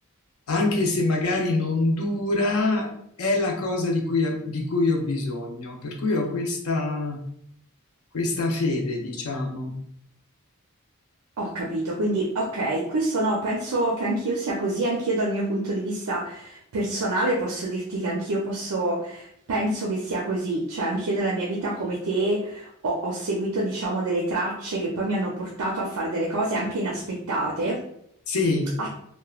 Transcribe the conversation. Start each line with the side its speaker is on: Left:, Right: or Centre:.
Left: anche se magari non dura, è la cosa di cui, di cui ho bisogno. Per cui ho questa, questa fede, diciamo.
Right: Ho capito, quindi ok, questo no, penso che anch'io sia così, anch'io dal mio punto di vista personale posso dirti che anch'io posso, penso che sia così, cioè anch'io nella mia vita come te ho, ho seguito diciamo delle tracce che poi mi hanno portato a fare delle cose anche inaspettate,
Left: Sì,
Right: a-